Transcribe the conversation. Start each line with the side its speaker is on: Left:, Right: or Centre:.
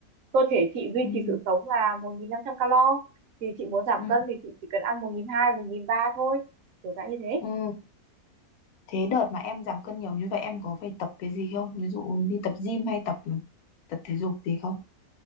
Right: cơ thể chị duy
Left: Ừ.
Right: trì sự sống là 1.500 calo thì chị muốn giảm
Left: Ừ.
Right: cân thì chị chỉ cần ăn 1.200 1.300 thôi kiểu dạng như thế
Left: Ừ. Thế đợt mà em giảm cân nhiều như vậy em có phải tập cái gì không? Ví dụ đi tập gym hay tập tập thể dục gì không?